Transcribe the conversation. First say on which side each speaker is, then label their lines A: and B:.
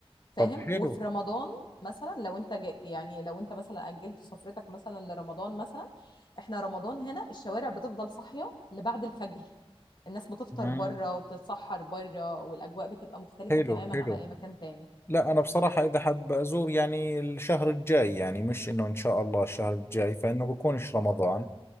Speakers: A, on the left; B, on the left.
A: فاهم
B: طب حلو
A: وفي رمضان مثلا لو انت جا- يعني لو انت مثلا اجلت سفرتك مثلا لرمضان مثلا احنا رمضان هنا الشوارع بتفضل صاحيه لبعد الفجر الناس بتفطر
B: مم.
A: بره وبتتسحر بره والاجواء بتبقى مختلفه
B: حلو
A: تماما
B: حلو
A: عن اي مكان تاني
B: لا أنا بصراحة إذا حاب أزور يعني الشهر الجاي يعني مش إنه إن شاء الله الشهر الجاي فإنه بكونش رمضان